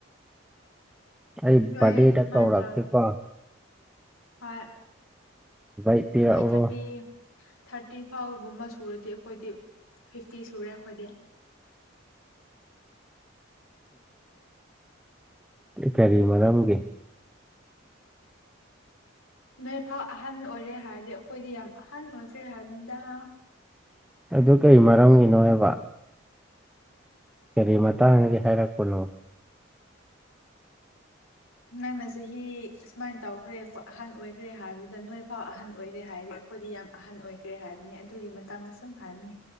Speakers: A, in the centre; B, on the left (about 90°).
A: ꯑꯩ
B: ꯍꯣꯏ
A: ꯕꯥꯔꯗꯦꯗ
B: ꯁꯨꯃꯥꯏꯅ
A: ꯀꯧꯔꯛꯀꯦꯀꯣ
B: ꯇꯧꯔꯒ ꯍꯣꯏ
A: ꯏ ꯄꯦꯔ
B: ꯅꯣꯏ
A: ꯑꯣꯏꯔꯣ
B: ꯊꯥꯔꯇꯤ ꯊꯥꯔꯇꯤ ꯐꯥꯎꯒꯨꯝꯕ ꯁꯨꯔꯗꯤ ꯑꯩꯈꯣꯏꯗꯤ ꯐꯤꯐꯇꯤ ꯁꯨꯔꯦ ꯑꯩꯈꯣꯏꯗꯤ
A: <unintelligible> ꯀꯔꯤ ꯃꯔꯝꯒꯤꯦ
B: ꯅꯣꯏ ꯐꯥꯎ ꯑꯍꯟ ꯑꯣꯏꯔꯦ ꯍꯥꯏꯔꯗꯤ ꯑꯩꯈꯣꯏꯗꯤ ꯌꯥꯝ ꯑꯍꯟ ꯑꯣꯏꯈ꯭ꯔꯦ ꯍꯥꯏꯕꯗ
A: ꯑꯗꯨ ꯀꯔꯤ ꯃꯔꯝꯒꯤꯅꯣ ꯍꯥꯏꯕ ꯀꯔꯤ ꯃꯇꯥꯡꯒꯤ ꯍꯥꯏꯔꯛꯄꯅꯣ
B: ꯅꯪꯅ ꯆꯍꯤ ꯑꯨꯃꯥꯏꯅ ꯇꯧꯈ꯭ꯔꯦ ꯑꯍꯟ ꯑꯣꯏꯈ꯭ꯔꯦ ꯍꯥꯏꯕꯗꯨꯗ ꯅꯣꯏ ꯐꯥꯎ ꯑꯍꯟ ꯑꯣꯏꯔꯦ ꯍꯥꯏꯔꯤ ꯑꯩꯈꯣꯏꯗꯤ ꯌꯥꯝ ꯑꯍꯟ ꯑꯣꯏꯈ꯭ꯔꯦ ꯍꯥꯏꯕꯅꯦ ꯑꯗꯨꯒꯤ ꯃꯇꯥꯡꯗ ꯁꯨꯝ ꯍꯥꯏꯕꯅꯤ